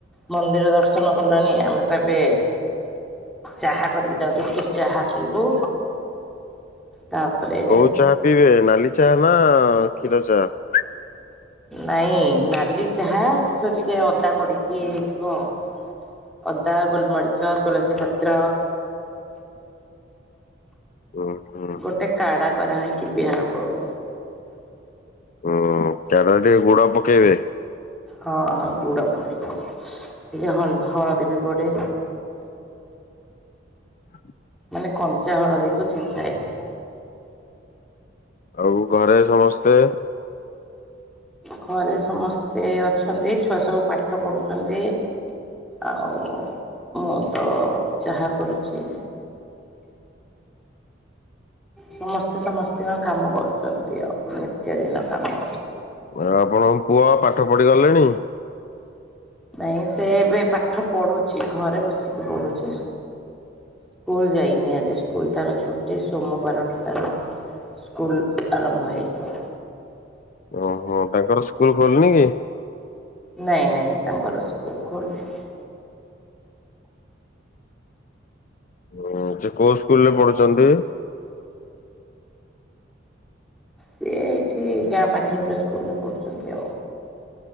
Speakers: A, in the centre; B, on the left.
A: ମନ୍ଦିର ଦର୍ଶନ କଲାଣି ଆମେ ତ ଏବେ ଚାହା କରିକି ଯାଉଛୁ ଟିକେ ଚାହା ପିଇବୁ। ତାପରେ
B: କୋଉ ଚାହା ପିଇବେ ନାଲି ଚାହା ନା କ୍ଷୀର ଚାହା।
A: ନାଇଁ ନାଲି ଚାହା କିନ୍ତୁ ଟିକେ ଅଦା ପଡ଼ିକି ହେଇଥିବ ଆଉ। ଅଦା ଗୋଲମରିର୍ଚ ତୁଳସୀ ପତ୍ର।
B: ହୁଁ ହୁଁ
A: ଗୋଟେ କାଡା କରାହେଇକି ପିଆହବ ଆଉ।
B: ହୁଁ କ୍ୟାରଟ ଗୁଡ ପକେଇବେ।
A: ହଁ ହଁ ଗୁଡ ପଡେ ଟିକେ ହଳ ହଳଦୀ ବି ପଡେ।
B: ହ
A: ମାନେ କଞ୍ଚା ହଳଦୀକୁ ଛେଚାଇକି।
B: ଆଉ ଘରେ ସମସ୍ତେ?
A: ଘରେ ସମସ୍ତେ ଅଛନ୍ତି ଛୁଆ ସବୁ ପାଠ ପଢୁଛନ୍ତି। ଆଉ ମୁଁ ତ ଚାହା କରୁଛି। ସମସ୍ତେ ସମସ୍ତିଙ୍କ କାମ କରୁଛନ୍ତି ଆଉ ନିତ୍ୟ ଦିନ କାମ।
B: ଆଉ ଆପଣଙ୍କ ପୁଅ ପାଠ ପଢି ଗଲେଣି?
A: ନାଇଁ ସେ ଏବେ ପାଠ ପଢୁଛି ଘରେ ବସିକି ପଢୁଛି। ସ୍କୁଲ ଯାଇନି ଆଜି। ସ୍କୁଲ ତାର ଛୁଟି ସୋମବାରଠୁ ତାର ସ୍କୁଲ୍ ଆରମ୍ଭ ହୋଇଯିବ।
B: ଓହୋ ତାଙ୍କର ସ୍କୁଲ ଖୋଲିନି କି?
A: ନାଇଁ ନାଇଁ ତାଙ୍କର ସ୍କୁଲ ଖୋଲିନି।
B: ହୁଁ ସେ କୋଉ ସ୍କୁଲ ରେ ପଢୁଛନ୍ତି?
A: ସେ ଏଇଠି ଗାଁ ପାଖରେ ଗୋଟେ ସ୍କୁଲରେ ପଢ଼ୁଛନ୍ତି ଆଉ।